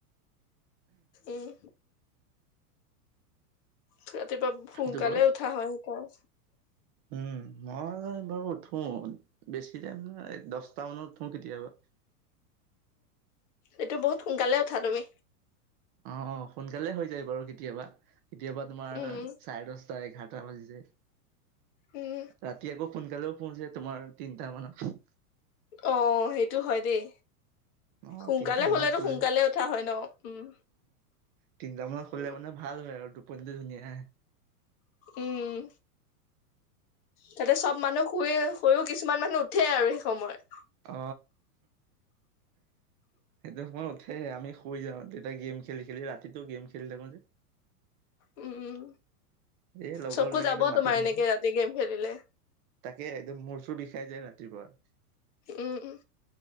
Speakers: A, on the left; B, on the right.
A: উম, কেতিয়াবা সোনকালে
B: সেইটো বাৰু
A: উঠা হয় তাৰ।
B: উম মই বাৰু উঠো বেছি টাইম নহয় দহটা মানত উঠো কেতিয়াবা।
A: এইটো বহুত সোনকালে উঠা তুমি।
B: অ, সোনকালে হৈ যায় বাৰু কেতিয়াবা। কেতিয়াবা তোমাৰ
A: উম
B: চাৰে দশটা, এঘাৰ টা। বাজি যায়,
A: উম
B: ৰাতি আকৌ সোনকালেও শুওঁ তোমাৰ তিনটা মানত।
A: অ' সেইটো হয় দেই।
B: অ
A: সোনকালে
B: তিনটা মানত
A: হলেতো
B: শুলে
A: সোনকালে উঠা হয় ন। উম,
B: তিনিটামানত শুলে
A: উম
B: মানে ভাল হয় আৰু টোপনিটো ধুনীয়া আহে।
A: উম। তাতে চব মানুহ শুয়ে শুই ও কিছুমান মানুহ উঠে আৰু সেই সময় ত।
B: অ 'সেইটো সময় উঠে, আমি শুই যাওঁ। এটা গেম খেলি খেলি ৰাতিটো গেম খেলি থাকোঁ যে।
A: উম, উম।
B: এই লগৰ
A: চকু
B: বিলাকে
A: যাব
B: একদম মাতি
A: তোমাৰ
B: থাকে।
A: এনেকে ৰাতি গেম খেলিলে
B: তাকে একদম মূৰ চুৰ বিষাই যায় ৰাতি। ৰাতিপুৱা।
A: উম, উম